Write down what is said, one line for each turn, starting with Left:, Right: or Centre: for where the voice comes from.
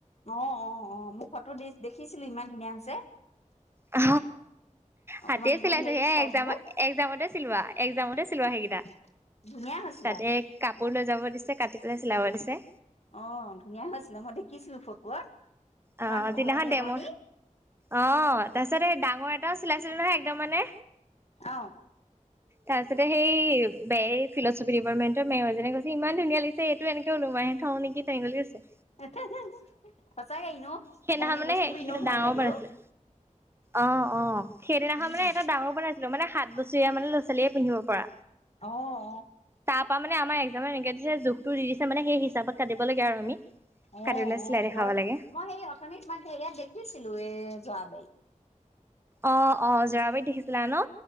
Left: অ অ অ মোক ফটো দেখিছিলো ইমান ধুনীয়া হৈছে?
Right: অ
Left: অকমানি
Right: হাতেই
Left: অকমানি
Right: চিলাইছো
Left: সেই
Right: সেয়া
Left: ফ্ৰকবোৰ।
Right: একজাম এক্জামতে চিলোৱা এক্জামতে চিলোৱা সেইকেইটা।
Left: <unintelligible> হৈছিলে
Right: তাতে
Left: আকৌ
Right: কাপোৰ লৈ যাব দিছে কাটি পেলাই চিলাব দিছে।
Left: অ ধুনীয়া হৈছিলে মই দেখিছিলো ফটোত ইমান
Right: অ
Left: অকমানি
Right: যিদিনাখন
Left: অকমানণি।
Right: ডেম' অ তাৰপিছত এই ডাঙৰ এটাও চিলাই ছিলো নহয় একদম মানে।
Left: অ',
Right: তাৰছতে সেই বেয় এই ফিলচফি ডিপাৰ্টমেণ্টৰ মোজীনে কৈছে ইমান ধুনীয়া লাগিছে এইটো এনেকে ওলোমাইহে থওঁ নেকি।
Left: <unintelligible> সঁচাকেই ন
Right: সেইদিনাখন
Left: অকমানি
Right: মানে
Left: বস্তুবোৰ
Right: সেইকেইটা
Left: এনেও ভাল
Right: ডাঙৰ
Left: লাগে
Right: বান
Left: অ।
Right: আছিলে অ অ সেইদিনাখন
Left: উম,
Right: মানে এটা ডাঙৰ বনাইছিলো মানে সাত বছৰীয়া মানে লৈ। সৰু ছোৱালীয়ে পিন্ধিব পৰা,
Left: অ',
Right: তৰপা মানে আমাৰ তাৰে এনেকে দিছে জোখটো দি দিছে মানে সেই হিচাপত কাটিব লাগে আৰু আমি,
Left: অ',
Right: কাটি পেলাই
Left: অ',
Right: চিলাই
Left: অ',
Right: দেখাব
Left: বৰ
Right: লাগে।
Left: মই সেই অথনি মাত হেয়াত দেখিছিলো এ যোৱাবাৰি।
Right: অ অ যৰাবাৰীত দেখিছিলা ন?